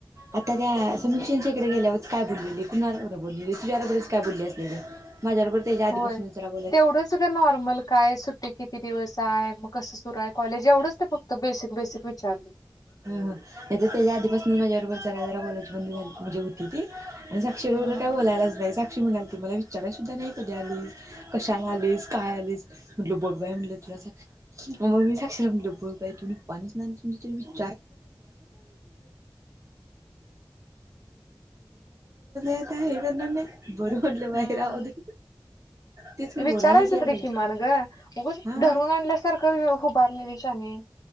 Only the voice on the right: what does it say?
आता त्या समीक्षेच्या इकडे गेल्यावर काय बोललेले कुणाबरोबर बोलले तुझ्या बरोबरच काय बोलले असले ते जे आधी
पासूनच जरा वेळ
ह ह तर त्याच्या आधी पसनंच माझ्या बरोबर, जरा जरा बोलायची बंद झाली म्हणजे होती ती. आणि साक्षी
बरोबर काय बोलायलाच नाही, साक्षी म्हणालती मला विचारय सुद्धा नाहीं कधी आलीस, कशाला आलीस, काय आलीस, म्हटल बघ बाई म्हटलं तुला सा मग मी साक्षी ला म्हटलं बघ बाई तू <unintelligible> <unintelligible> नाही आता हे करणार नाही, बरं म्हटलं बाई
राहू दे. तेच की बोलाय
नाही ती यार
बाई
हा